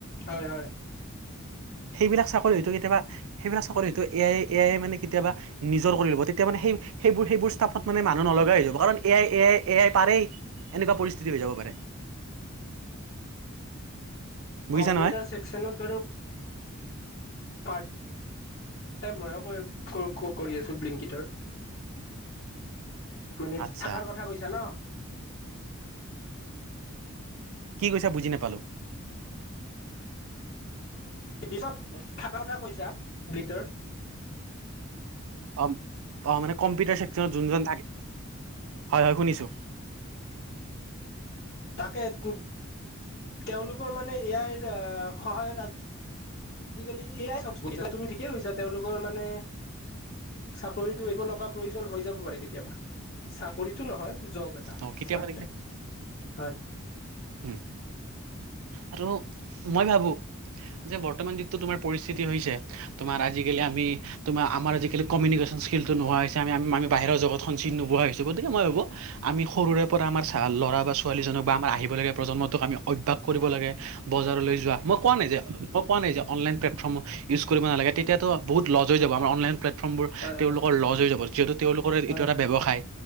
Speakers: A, on the left; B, on the right.
A: হয় হয়।
B: সেইবিলাক চাকৰি হয়তো কেতিয়াবা সেইবিলাক চাকৰি হয়তো এ আই এ আই মানে তেতিয়াবা নিজৰ কৰি লব তেতিয়া মানে সেই সেইবোৰ সেইোৰফত মানে মানুহ নলগাই হৈ যাব। কাৰণ এয়াই এয়াই এয়াই পাৰেই এনেকুৱা পৰিস্থিতি হৈ যাব পাৰে। বুজিছা
A: কম্পিউটাৰ
B: নহয়
A: ছেকচনত বাৰু পাত এ মই কৰি আছো বিলিংকিতৰ মানে
B: আচ্ছা
A: থকাৰ কথা কৈছা ন।
B: কি কৈছা বুজি নোপালো।
A: পিছত থকা কথা কৈছা বৃতৰ
B: অ অ মানে কম্পিউটাৰ চেকনত যোন থ হয় হয় শুনিছো।
A: তাকে তেওঁলোকৰ মানে ইয়াৰ সহায়ত আজি আজিকালি এয়াই চবছা তুমি ঠিকেই কৈছা তেওঁলোকৰ মানে চাকৰিতটো এব লগা প্ৰয়োজন হৈ যাব পাৰে কেতিয়াবা চাকৰিতটো নহয়। জব এটা
B: অ কেতিয়াবা
A: পাৰট
B: দেখি-
A: টাইম।
B: উম আৰু মই ভাবো। যে বৰ্তমান যিটো তমাৰ পৰিস্থিতি তোমাৰ আজালি আমি তোমাৰ আমাৰ আজি কালি কমিনিকেচন স্কিলটো নোহোৱা হৈছে আম আমি বাহিৰৰ জগত সঞ্চিনিত নোবোৱা হৈছো গতিক মই ভো আমি সৰুৰে পৰা আম চাহ ল'ৰা বা ছোৱালীজনক আম আহিব। ব লগীয়া প্ৰজন্ম টোক আমি অভ্যাস কৰিব লে বজাৰলৈ যোৱা, মই কোৱা নাই যে অণ লাইন প্লেটফম ইউচ কৰিব নালাগে, তেতিয়া ত বহুত লজ হৈ যাব, আমৰ অন লাইন প্লেটফৰ্মবোৰ
A: হয়
B: তেওঁলোকৰ লজ হৈ যাব যিহেতু তেওঁলোকৰ
A: হয়
B: এইটো এটা
A: হয়
B: ব্যৱসায়,